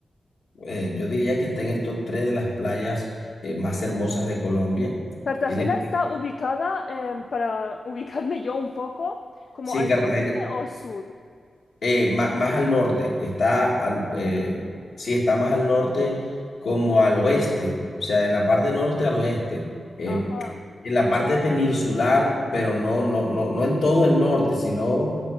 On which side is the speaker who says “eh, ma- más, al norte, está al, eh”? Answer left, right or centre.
Left